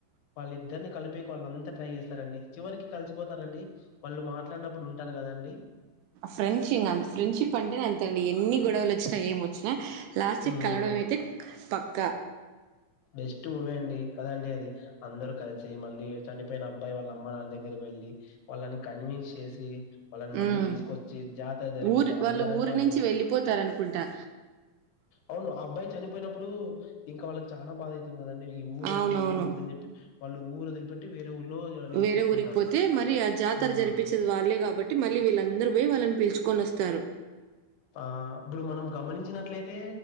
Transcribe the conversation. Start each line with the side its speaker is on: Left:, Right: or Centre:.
Left: వాళ్ళిద్దరిని కలిపి పేక్ ఆళ్ళంతా ట్రై ఏస్తారండి చివరికి కలిసిపోతారండి వాళ్ళు మాట్లాడినప్పుడు ఉంటారు కదా అండి
Right: ఫ్రెండ్షింగ్ ఫ్రెండ్షిప్ అంటేనే అంతండి ఎన్ని గొడవలు వచ్చినా ఏం వచ్చినా లాస్ట్
Left: హ్మ్.
Right: కి కలవడం అయితే పక్
Left: బెస్ట్ మూవీ అండి కదండి అది అందరు కలిసి మళ్ళీ చనిపోయిన అబ్బాయి వాళ్ళ అమ్మ నాన దగ్గరకి వెళ్ళి వాళ్ళని కన్విన్స్ చేసి వాళ్ళని మళ్ళీ
Right: ఉమ్
Left: తీసుకొచ్చి జాతర జరిపిస్తారు
Right: ఊరు
Left: రంగరంగ
Right: వాళ్ళు ఊరి
Left: వైభవంగా
Right: నుంచి వెళ్ళిపోతారు అనుకుంటా
Left: అవును ఆ అబ్బాయి చనిపోయినప్పుడు ఇంకా వాళ్ళకి చానా బాధ అయితుంది కదండి ఈ ఊరు
Right: అవునవును
Left: వద్దు ఏం వద్దని చెప్పి వాళ్ళు ఊరు వదిలిపెట్టి వేరే ఊర్లో నివసిస్తుంటారు
Right: వేరే ఊరిగి పోతే మరి ఆ జాతర
Left: హ్మ్.
Right: జరిపిచ్చేది వాళ్లే కాబట్టి మళ్ళీ వీళ్ళందరూ బొయ్ వాళ్ళని పిలుచు కొనొస్తారు
Left: ఆబ్బుడు మనము గమనించినట్లయితే